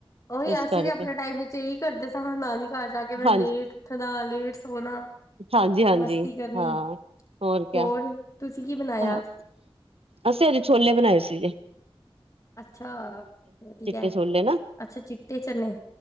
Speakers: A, on the left (about 35°); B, on the right (about 85°).
A: ਉਹੀ
B: ਇਸ
A: ਅਸੀਂ
B: ਕਰਕੇ
A: ਵੀ ਆਪਣੇ ਟਾਈਮ ਵਿੱਚ ਇਹੀ ਕਰਦੇ ਸਾ ਨਾਨੀ ਘਰ ਜਾ ਕੇ ਕਿਵੇ
B: ਹਾਂਜੀ
A: ਲੇਟ ਉੱਠਨਾ ਲੇਟ ਸੋਣਾ,
B: ਹਾਂਜੀ ਹਾਂਜੀ
A: ਮਸਤੀ ਕਰਨੀ
B: ਹਾਂ ਹੋਰ
A: ਖੋਰ
B: ਕਿਆ
A: ਤੁਸੀਂ ਕੀ ਬਨਾਇਆ
B: ਹਾਂ
A: ਅੱਜ?
B: ਅਸੀਂ ਅੱਜ ਛੋਲੇ ਬਣਾਏ ਸੀਗੇ।
A: ਅੱਛਾ ਵਧੀਆ,
B: ਚਿੱਟੇ ਛੋਲੇ ਨਾ
A: ਅੱਛਾ ਚਿੱਟੇ ਚਨੇ